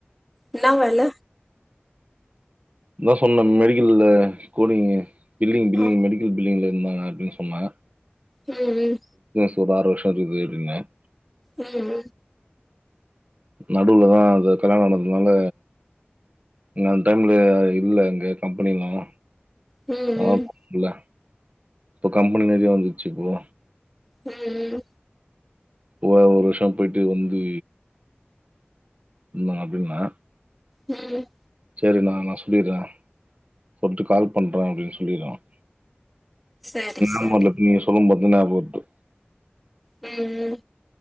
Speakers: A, in the centre; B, on the right (about 35°).
A: என்னா வேல
B: நான் சொன்னன் மெடிக்கல்ல கூடிங்க பில்லிங் பில்லிங்
A: ஆ
B: மெடிக்கல் பில்டிங்கில் இருந்தாலால் அப்டின்னு சொன்னா
A: ம் ம்
B: அது தொரு ஆறு வருஷம் போய்ருந்தேன்
A: ம்
B: நடுவுலதான் அது கல்யாணம் ஆணதுனால இங்க அந்த டைம்ல இல்ல இங்க கம்பெனில்லாம்
A: ம் ம்
B: ஆகும்ல இப்போ கம்பெனி நெறையா வந்துருச்சுப்போ
A: ம் ம்
B: ஒ ஒரு வருஷம் போயிட்டு வந்து இருந்த அப்டின்னா
A: ம்
B: சரிண்ணா நான் சொல்லிடுறேன் சொல்டு கால் பண்ணுறேன் அப்டின்னு சொல்லிறேன்
A: சரி சரி
B: ஆமால நீங்க சொல்லும் போது தன்னாபோட்டு
A: ம்ம்